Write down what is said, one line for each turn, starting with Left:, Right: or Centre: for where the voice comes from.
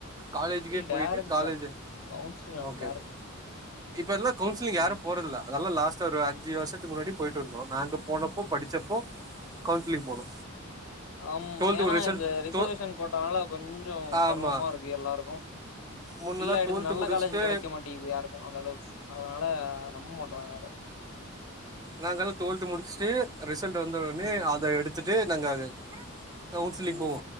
Right: காலேஜ்க்கே போயிட்டு
Left: டேரக்ட்
Right: college
Left: தா counsellor
Right: okay
Left: direct
Right: okay இப்ப எல்லா கவுன்சிலிங் யாரு
Left: ம்
Right: போறதுல்ல அதெல்லா லாஸ்ட்டா ஒரு அஞ்சு வருத்துக்கு முன்னாடி போயிட்டு இருந்தோ நாங்க போனப்போ படிச்சப்போ கவுன்சிலிங் போனோ
Left: ஆமா
Right: டுவெல்த்து
Left: ஏன்னா
Right: ரிசல்ட்
Left: இந்த ரிசர்வேஷன்
Right: டோ
Left: கொட்டாவல கொஞ்சோ
Right: ஆமா
Left: சிரம்மா இருக்கு எல்லாருக்கு
Right: முன்னெல்லா
Left: இல்லா எடுத்து
Right: டுவெல்த்து
Left: நல்ல
Right: முடிச்சுட்டு
Left: காலேஜ் கெடைக்க மாட்டேங்குது யாருக்கு அந்த அளவுக்கு அதனால நம்ப மாட்றாங்க யாரு
Right: நாங்கெல்லா டுவெல்த் முடிச்சுட்டு ரிசல்ட் வந்த உடனே
Left: ம்
Right: அத எடுத் துட்டு நாங்க அத கவுன்சிலிங் போவோ